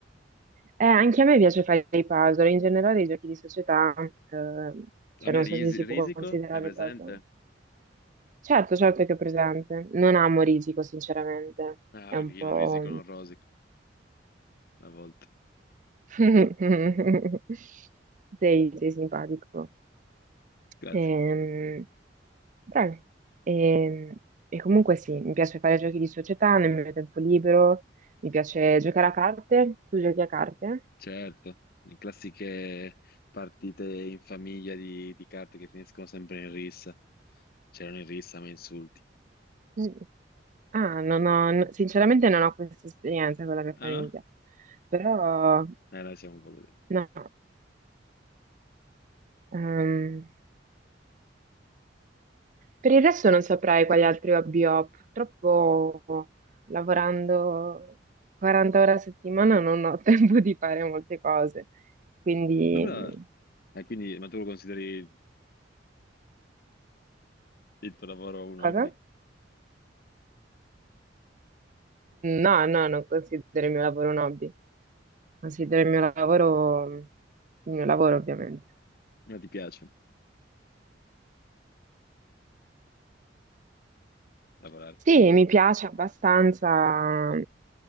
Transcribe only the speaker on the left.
A me
risi-
risico,
hai presente?
Ah,
perché
chi
non risico non rosico. a volte.
Grazie.
Certo, le classiche partite in famiglia di, di carte che finiscono sempre in rissa. C'erano in rissa, ma insulti.
Ah no?
Eh, noi siamo un po' così.
Dove la...
eh, quindi, ma tu lo consideri il tuo lavoro un
hobby?
Ma ti piace lavorare?